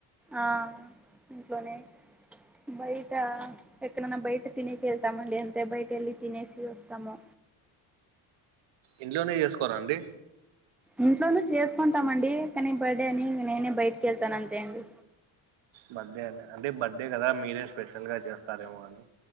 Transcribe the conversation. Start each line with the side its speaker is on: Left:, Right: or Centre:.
Centre: ఆ ఇంట్లోనే బయట ఎక్కడన్నా బయట తినకెళ్తామండి అంతే బయట ఎళ్ళ తినేసి వస్తాము
Right: ఇంట్లోనే చేసుకోరా అండి
Centre: ఇంట్లోనే చేసుకుంటామండి కానీ బర్త్డే అని నేనే బయటికి వెళ్తాను అంతే అండి
Right: బర్త్డే అం అంటే బర్త్డే కదా మీరే స్పెషల్ గా చేస్తారేమో అని